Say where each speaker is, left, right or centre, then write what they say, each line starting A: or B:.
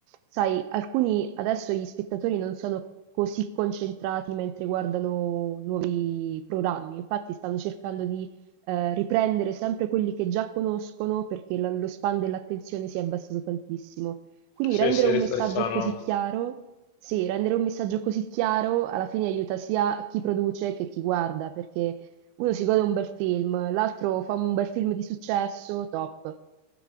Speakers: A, on the right; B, on the left.
A: sai, alcuni adesso gli spettatori non sono così concentrati mentre guardano nuovi programmi, infatti stanno cercando di eh, riprendere sempre quelli che già conoscono perché la- lo span dell'attenzione si è abbassato tantissimo. Quindi rendere
B: Se, se
A: un
B: rif-
A: messaggio
B: rifanno.
A: così chiaro, sì, rendere un messaggio così chiaro alla fine aiuta sia chi produce che chi guarda, perché uno si gode un bel film, l'altro fa un bel film di successo, top.